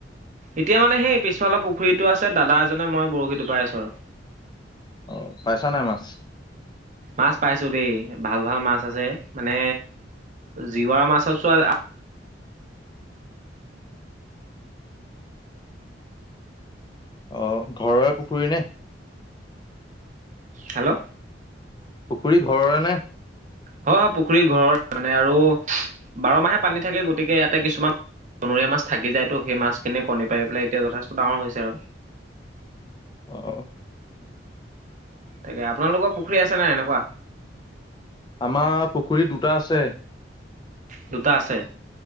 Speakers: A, on the right; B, on the left.
A: এতিয়া মানে সেই পিছফালৰ পুখুৰীতটো আছে দাদা এজনে মই বৰশী টোপাই আছো আৰু
B: অ পাইছা নাই মাছ
A: মাছ পাইছো দেই ভাল ভাল মাছ মাছ আছে মানে জিৱৰা মাছ আ চোৱা
B: অ ঘৰৰে পুখুৰী নে
A: হেল্ল'
B: পুখুৰী ঘৰৰে নে
A: হয় হয় পুখুৰী ঘৰৰে মানে আৰু বাৰ মাহে পানী থাকে গতিকে ইয়াতে কিছুমান বনৰীয়া মাছ থাকি যায় তো সেই মাছখিনিয়ে কণী পাৰি পেলাই এতিয়া যথেষ্ট ডাঙৰ হৈছে আৰু
B: অ',
A: তাকে আপোনালোকৰ পুখুৰী আছে নাই এনেকোৱা
B: আমাৰ পুখুৰী দুটা আছে
A: দুটা আছে